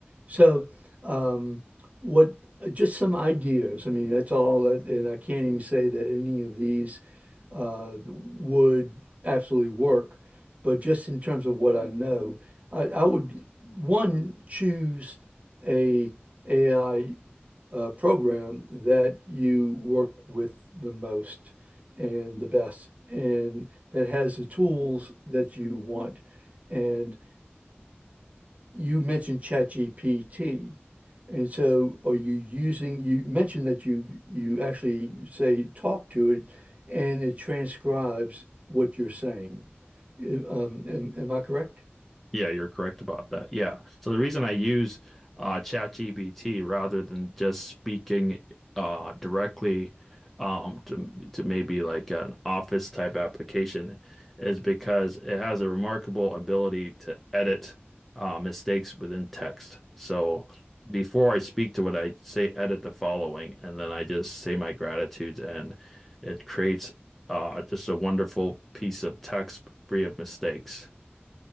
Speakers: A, on the right (about 35°); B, in the centre.
A: So, um, what? Just some ideas. I mean, that's all, uh, and I can't even say that any of these uh, would absolutely work. But just in terms of what I know, I, I would one choose a AI uh, program that you work with the most and the best, and that has the tools that you want. And you mentioned ChatGPT. And so are you using, you mentioned that you you actually say talk to it and it transcribes what you're saying. Um, am, am I correct?
B: Yeah, you're correct about that. Yeah. So the reason I use uh, ChatGPT rather than just speaking uh, directly um, to to maybe like an office type application is because it has a remarkable ability to edit uh, mistakes within text. So before I speak to it, I say edit the following, and then I just say my gratitudes, and it creates uh, just a wonderful piece of text free of mistakes.